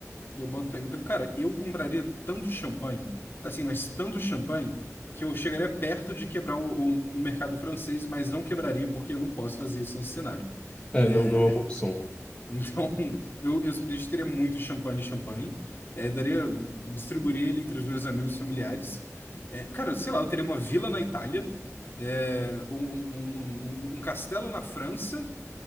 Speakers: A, on the left; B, on the left.
A: Eu boto fé. Então, cara, eu compraria tanto champanhe, assim, mas tanto champanhe, que eu chegaria perto de quebrar o, o- o mercado francês, mas não quebraria porque eu não posso fazer isso nesse cenário.
B: É,
A: É,
B: não, não é uma opção.
A: <laughs> então, eu, eu simplesmente teria muito champanhe, champanhe, é, daria, distribuiria ele entre os meus amigos e familiares. É, cara, sei lá, eu teria uma vila na Itália, é, um, um um- um um castelo na França.